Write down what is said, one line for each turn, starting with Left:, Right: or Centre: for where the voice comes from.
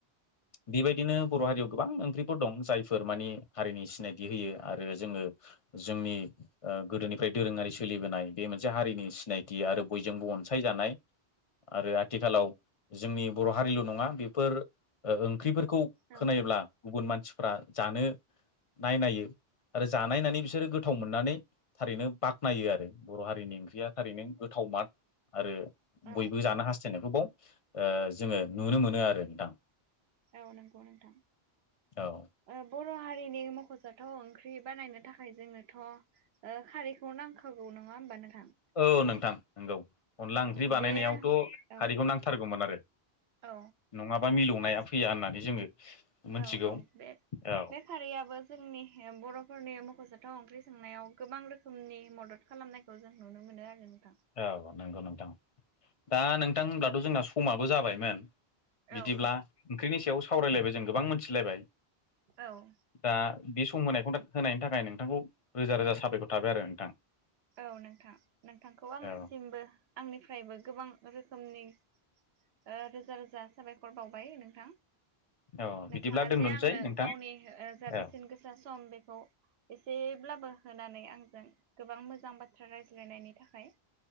Left: बेबायदिनो बर' हारियाव गोबां ओंख्रिफोर दं जायफोर माने हारिनि सिनायथि होयो। आरो जोङो जोंनि ओ गोदोनिफ्राय दोरोङारि सोलिबोनाय बे मोनसे हारिनि सिनायथि आरो बयजोंबो अनसायजानाय आरो आथिखालाव जोंनि बर' हारिल' नङा बेफोर ओ ओंख्रिफोरखौ
Right: औ
Left: खोनायोब्ला गुबुन मानसिफ्रा जानो नायनायो आरो जानायनानै बिसोरो गोथाव मोननानै थारैनो बाख्नायो आरो। बर' हारिनि ओंख्रिया थारैनो गोथाव माद आरो
Right: औ
Left: बयबो जानो हास्थायनायखौ बाव ओ जोङो नुनो मोनो आरो नोंथां।
Right: औ नंगौ नोंथां
Left: औ
Right: ओ बर' हारिनि मख' जाथाव ओंख्रि बानायनो थाखाय जोंनोथ' ओ खारैखौ नांखागौ नङा होमबा नों
Left: औ नोंथां नंगौ। अनला ओंख्रि
Right: औ
Left: बानायनायावथ'
Right: बे औ
Left: खारैखौ नांथारगौमोन आरो
Right: औ
Left: नङाबा मिलौनाया फैया होननानै जोङो मोनथिगौ
Right: औ औ बे
Left: औ
Right: बे खारियाबो जोंनि बर'फोरनि मख' थाव ओंख्रि संनायाव गोबां रोखोमनि मदद खालामनायखौ जों नुनो मोनो आरो। नोंथां
Left: औ नोंगौ नोंथां। दा नोंथां दाथ' जोंना समाबो जाबायमोन? बिदिब्ला
Right: औ औ
Left: ओंख्रिनि सायाव सावरायलायबाय जों गोबां मोनथिलायबाय।
Right: औ
Left: दा बे सम होनायखौ <unintelligible> होनायनि थाखाय नोंथांखौ रोजा रोजा साबायखर थाबाय आरो नोंथां।
Right: औ नोंथां नोंथांखौ आंनिसिमबो
Left: औ
Right: आंनिफ्रायबो गोबां रोखोमनि ओ रोजा रोजा साबायखर बावबाय नोंथां।
Left: औ
Right: नोंथाङा
Left: बिदिब्ला दोनथ'नोसै
Right: जे आंनो
Left: नोंथां
Right: गावनि ओ जा बेसेन
Left: औ
Right: गोसा सम बेखौ एसे ब्लाबो होनानै आंजों गोबां मोजां बाथ्रा रायज्लायनायनि थाखाय।